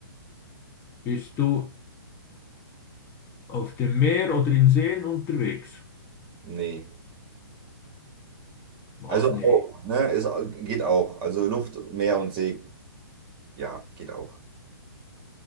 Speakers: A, on the left; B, on the right.
A: Bist du auf dem Meer oder in Seen unterwegs?
B: nee.
A: Was?
B: Also
A: Nee.
B: auch, ne? Es geht auch. Also Luft, Meer und See, ja, geht auch.